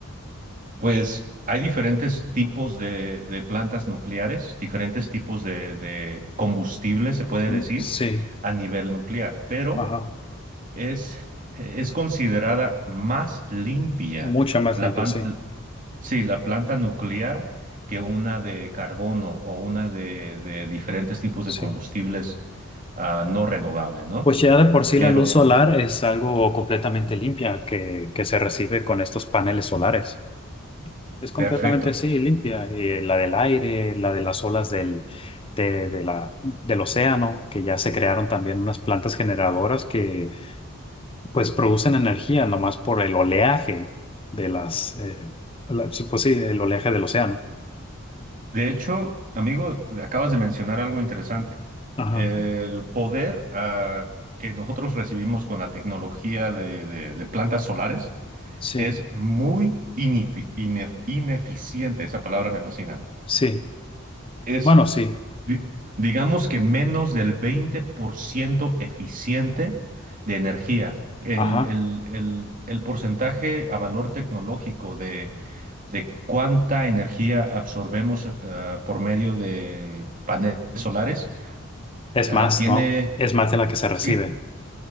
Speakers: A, on the right; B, on the left.
A: Pues hay diferentes tipos de, de plantas nucleares, diferentes tipos de, de combustible, se puede
B: Mm,
A: decir,
B: Sí,
A: a nivel nuclear, pero
B: ajá,
A: Es, es considerada más limpia
B: mucha más
A: la,
B: limpia,
A: pan-
B: sí,
A: sí, la planta nuclear que una de carbono o una de, de diferentes tipos de
B: sí.
A: combustibles ah, no renovables, ¿no?
B: Pues ya de por sí
A: Pero,
B: la luz solar es algo completamente limpia que, que se recibe con estos paneles solares. Es completamente,
A: perfecto.
B: sí, limpia. Y la del aire, la de las olas del, de, de la, del océano, que ya se crearon también unas plantas generadoras que pues producen energía nomás por el oleaje de las, eh, la- sí, pues sí, el oleaje del océano.
A: De hecho, amigo, acabas de mencionar algo interesante.
B: Ajá.
A: El poder ah, que nosotros recibimos con la tecnología de, de- de plantas solares
B: Sí,
A: es muy inefi- inef- ineficiente. Esa palabra me fascina.
B: sí.
A: Es
B: Bueno, sí.
A: di- digamos que menos del 20% eficiente de energía. El,
B: Ajá.
A: el- el- el porcentaje a valor tecnológico de, de cuánta energía absorbemos eh, por medio de paneles solares
B: Es
A: eh,
B: más,
A: tiene,
B: ¿no? Es más de la que se recibe.
A: sí,